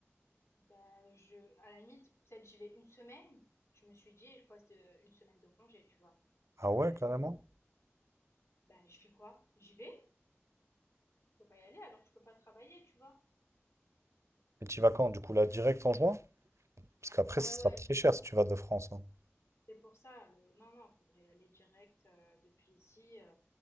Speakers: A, on the left; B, on the right.
A: Bah, je, à la limite, peut-être j'y vais une semaine. Je me suis dit, je passe de, une semaine de congé, tu vois.
B: Ah ouais,
A: À la
B: carrément.
A: limite. Bah, je fais quoi? J'y vais? Je peux pas y aller alors que je peux pas travailler, tu vois.
B: Et tu y vas quand? Du coup, là, direct en juin? Parce qu'après,
A: Ouais,
B: ça sera
A: ouais,
B: très cher si tu vas de France. hein.
A: C'est pour ça, le... non, non, il faudrait aller direct euh, depuis ici. euh.